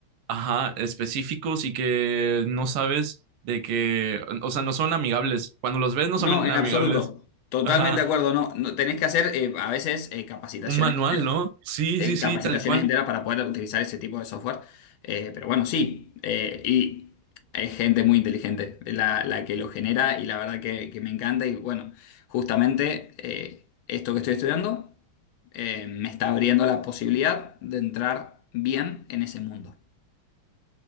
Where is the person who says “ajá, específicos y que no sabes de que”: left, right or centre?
Right